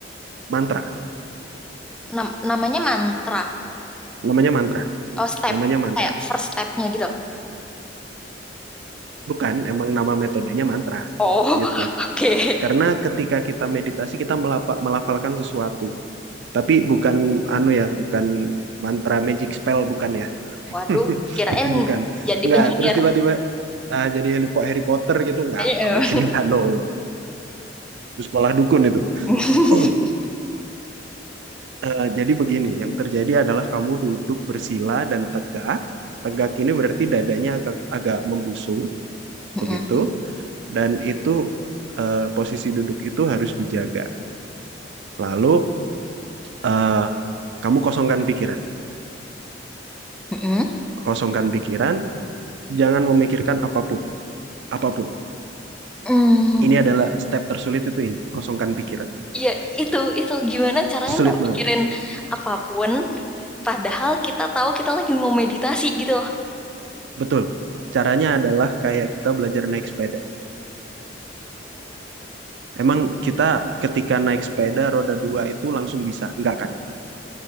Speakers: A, on the right; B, in the centre.
A: mantra
B: Nam- namanya mantra.
A: namanya mantra
B: Oh, step.
A: namanya mantra
B: Kayak first stepnya gitu.
A: bukan emang nama metodenya mantra
B: Oh,
A: gitu
B: <laughs> oke.
A: karena ketika kita meditasi kita melapa- melafalkan sesuatu tapi bukan anu ya bukan mantra magic spell bukan ya
B: Waduh,
A: <laughs>
B: kirain
A: Bukan.
B: jadi
A: nggak
B: penyiar.
A: terus tiba-tiba ah, jadi Harry Po- Harry Potter gitu. nggak
B: Eh, eh.
A: nggak mungkin. <laughs> nggak no. no. Itu sekolah dukun itu.
B: Mm-mm,
A: <clears throat> Eh, jadi begini, yang terjadi adalah kamu duduk bersila dan tegak. Tegak ini berarti dadanya agak agak membusung,
B: mm-mm,
A: begitu. Dan itu eh, posisi duduk itu harus dijaga. Lalu eh, kamu kosongkan pikiran,
B: mm-mm.
A: kosongkan pikiran. Jangan memikirkan apapun, apapun.
B: Mm,
A: Ini adalah step tersulit itu ini, kosongkan pikiran.
B: Iya, itu itu gimana caranya
A: Sulit
B: nggak
A: banget
B: mikirin apapun, padahal kita tahu kita lagi mau meditasi gitu loh.
A: Betul. Caranya adalah kayak kita belajar naik sepeda. Emang kita ketika naik sepeda roda dua itu langsung bisa? Enggak kan?